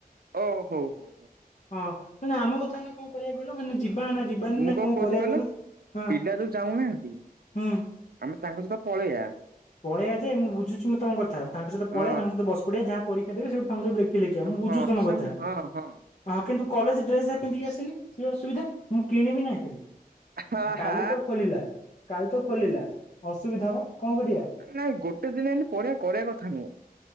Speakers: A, on the right; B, on the left.
A: ହୋଉ ହୋଉ।
B: ହଁ ତାହେଲେ ଆମ କଥା କଣ କରିବା? କହିଲ ମାନେ ଯିବା ନା ଯିବାନି
A: ମୁଁ
B: ନା
A: କଣ କହୁଛି
B: କରିବା
A: କହିଲ
B: ହଁ
A: ପିଲା ଯୋଉ ଯାଉନାହାନ୍ତି।
B: ହୁଁ।
A: ଆମେ ତାଙ୍କ ସହିତ ପଳେଇବା।
B: ପଳେଇବା ଯେ ମୁଁ ବଝୁଛି ମୁଁ ତମ କଥା ତାଙ୍କ ସହିତ
A: ହଁ
B: ପଳେଇବା ତାଙ୍କ ସହିତ ବସି ପଡ଼ିବା ଯାହା ପରୀକ୍ଷା ଦେବେ ତାଙ୍କ ସହିତ ଦେଖିକି ଲେଖିବା ମୁଁ ବୁଝୁଛି
A: ହଁ
B: ତମ
A: ସେ
B: କଥା।
A: ହଁ ହଁ
B: ହଁ କିନ୍ତୁ କଲେଜ ଡ୍ରେସ ପିନ୍ଧିକି ଆସିଲି ସେ ଅସୁବିଧା ମୁଁ କିଣିବି ନା ଏବେ।
A: ହା
B: ଆ କାଲି
A: ହା
B: ତ ଖୋଲିଲା କାଲି ତ ଖୋଲିଲା ଅସୁବିଧା ହବ କଣ କରିବା?
A: ନାଇଁ ଗୋଟେ ଦିନ ଏମିତି ପରିଆ କରିବା କଥା ନୁହଁ।